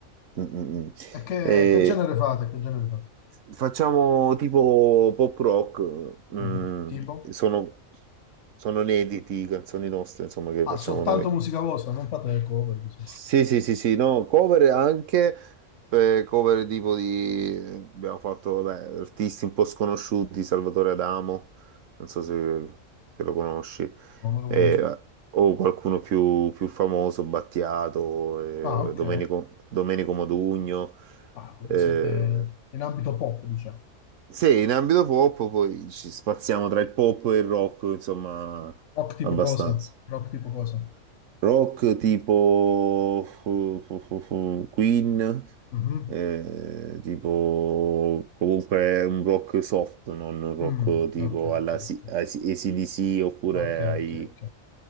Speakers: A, on the right; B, on the left.
A: Mm, mm, mm.
B: E che,
A: Eh,
B: che genere fate? Che genere fate?
A: facciamo tipo pop rock, mm,
B: Mhm. Tipo?
A: sono, sono inediti canzoni nostre, insomma, che
B: Ah,
A: facciamo
B: soltanto
A: noi.
B: musica vostra, non fate le cover, così.
A: Sì, sì, sì, sì, no, cover anche, eh, cover tipo di, abbiamo fatto, vabbè, artisti un po' sconosciuti, Salvatore Adamo, non so se, se lo conosci,
B: No, non lo
A: eh,
B: conosco.
A: o qualcuno più, più famoso, Battiato,
B: Ah, ok.
A: eh, Domenico, Domenico Modugno,
B: Ah, quindi
A: eh,
B: siete in ambito pop, diciamo.
A: sì, in ambito pop poi ci spaziamo tra il pop e il rock, insomma,
B: Rock tipo
A: abbastanza.
B: cosa? Rock tipo cosa?
A: Rock tipo <laughs> Queen,
B: Mhm.
A: eh, tipo comunque un rock soft, non un rock
B: Mm,
A: tipo
B: ok,
A: alla
B: ok,
A: AC-
B: ok.
A: AC/DC oppure
B: Ok, ok,
A: ai,
B: ok.